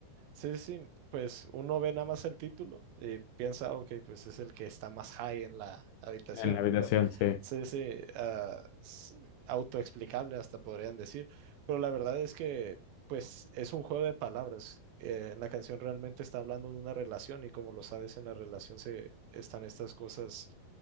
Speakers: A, on the right; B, on the left.
A: Sí, sí, pues uno ve nada más el título y piensa, ok, pues es el que está más high en la habitación,
B: en la habitación.
A: ¿no?
B: Sí,
A: Sí, sí, ah, s- autoexplicable hasta podrían decir, pero la verdad es que, pues es un juego de palabras. Eh, la canción realmente está hablando de una relación y como lo sabes, en la relación se están estas cosas